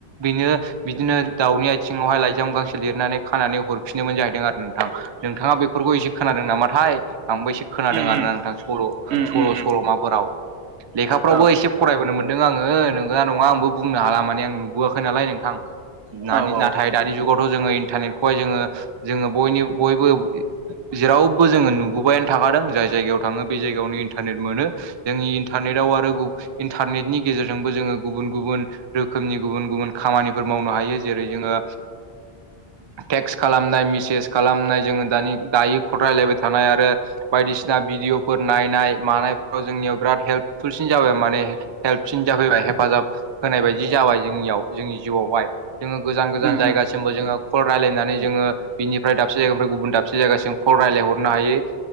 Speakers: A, on the right (about 40°); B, on the right (about 85°).
A: बेनो बिदिनो दावनि आयथिं सिङावहाय लाइजाम गांसो लिरनानै खानानै हरफिननोमोन जाहैदों आरो नोंथां नोंथाङा बेफोरखौ एसे खोनादों नामाथाय आंबो एसे खोनादों
B: उम उम
A: आरोना नोंथां सल'
B: उम उम
A: सल'
B: उम
A: सल'माफोराव। लेखाफ्रावबो
B: औ
A: एसे फरायबोनो मोनदों आङो नोंगौना नङा आंबो बुंनो हाला माने आं नुबोआखै नालाय नोंथां।
B: औ
A: नानि नाथाय दानि जुगावथ' जोङो इन्टारनेटखौहाय जोङो जोङो बयनि बयबो जेरावबो जोङो नुबोबायायानो थाखादों जाय जायगायाव थाङो बे जायगायावनो इन्टारनेट मोनो। जोंनि इन्टारनेटआव आरो गु इन्टारनेटनि गेजेरजोंबो जोङो गुबुन गुबुन रोखोमनि गुबुन गुबुन खामानिफोर मावनो हायो जेरै जोङो टेक्स्ट खालामनाय मेसेज खालामनाय जोङो दानि दायो खलरायलायबाय थानाय आरो बायदिसिना भिडिअफोर नायनाय मानायफोराव जोंनियाव बिराद हेल्पफुलसिन जाबाय माने। हेलपसिन जाफैबाय हेफाजाब होनाय बायदि जाबाय जोंनियाव जोंनि जिउआवहाय जोङो गोजान गोजान
B: उम
A: जायगा
B: उम
A: जोंबो जोङो कल रायलायनानै जोङो बिनिफ्राय दाबसे जायगानिफ्राय गुबुन दाबसे जायगासिम फरायलायहरनो हायो